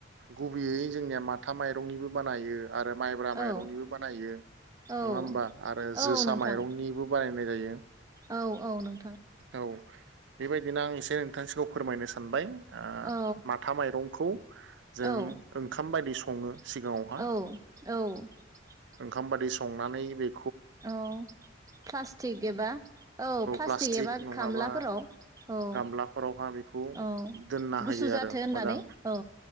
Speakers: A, on the right; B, on the right.
A: गुबैयै जोंनिया माथा माइरंनिबो बानायो । आरो माइब्रा माइरंनिबो
B: औ
A: बानायो नङा
B: औ
A: होमबा आरो
B: औ
A: जोसा
B: नोंथां
A: माइरंनिबो बानाय होनाय जायो
B: औ औ नों
A: औ बेबायदिनो आं एसे नोंथां खौ फोरमायनो सानबाय ओ
B: औ
A: माथा माइरंखौ जों
B: औ
A: ओंखाम बायदि स सङो।
B: औ
A: सिगाङावहा
B: औ
A: ओंखाम बादि संनानै बे
B: औ प्लास्टिक एबा औ प्लास्ट
A: प्लास्टिक
B: <unintelligible> एबा
A: नङाबा
B: घामलाफोराव औ
A: गामलाफोरावहा बेखौ
B: औ
A: दोनना होयो
B: गुसु जाथो
A: आरो
B: होननानै
A: मोजां
B: औ